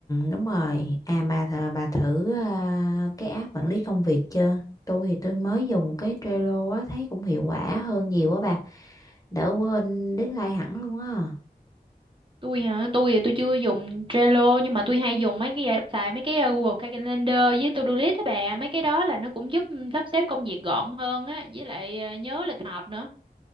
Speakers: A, on the left; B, on the right.
A: đúng rồi à mà th bà thử ờ, cái app quản lý công việc chưa tôi thì tôi mới dùng cái Trello á thấy cũng hiệu quả hơn nhiều á bà đỡ quên deadline hẳn luôn á
B: tôi hả tôi thì tôi chưa dùng Trello nhưng mà tôi hay dùng mấy cái app- xài mấy cái ờ, Google Calendar với To-do list á bà mấy cái đó là nó cũng giúp ừ, sắp xếp công việc gọn hơn á với lại ờ, nhớ lịch họp nữa